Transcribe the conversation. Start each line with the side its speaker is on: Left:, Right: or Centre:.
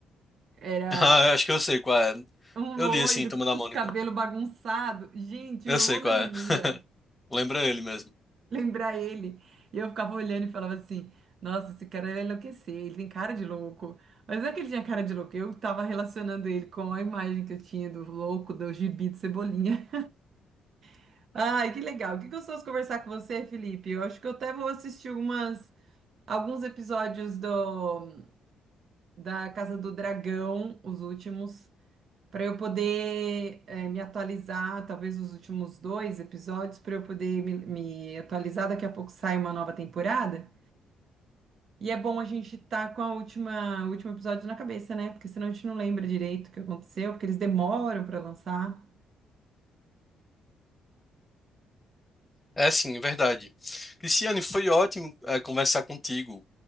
Right: Era
Left: Ah, eu acho que eu sei qual é.
Right: um
Left: Eu
Right: loiro
Left: li assim, Turma
Right: <laughs>
Left: da
Right: com
Left: Mônica.
Right: os cabelos bagunçados. Gente,
Left: Eu
Right: o irmão
Left: sei qual
Right: da Ranira.
Left: é. <laughs> Lembra ele mesmo.
Right: lembrar ele. E eu ficava olhando e falava assim: Nossa, esse cara vai enlouquecer, ele tem cara de louco. Mas não é que ele tinha cara de louco, eu tava relacionando ele com a imagem que eu tinha do louco, do gibi de Cebolinha. <laughs> Ai, que legal, que gostoso conversar com você, Felipe. Eu acho que eu até vou assistir umas, alguns episódios do, da Casa do Dragão, os últimos. Para eu poder eh, me atualizar, talvez os últimos dois episódios, para eu poder me me atualizar. Daqui a pouco sai uma nova temporada. E é bom a gente estar com a última, o último episódio na cabeça, né? Porque senão a gente não lembra direito o que aconteceu, porque eles demoram para lançar.
Left: É sim, é verdade. Cristiane, foi ótimo, eh, conversar contigo.